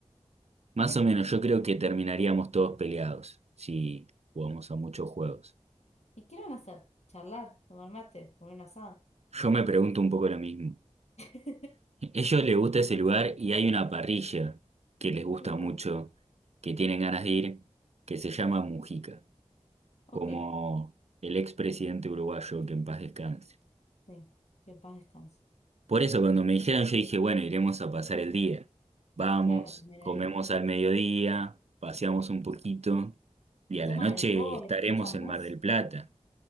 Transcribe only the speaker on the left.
¿Y qué van a hacer? ¿Charlar, tomar mate, comer un asado?
<laughs>
Bien,
ok,
sí, que en paz descanse.
Claro, comer
ahí.
Y
toman
alcohol,
escuchan
música,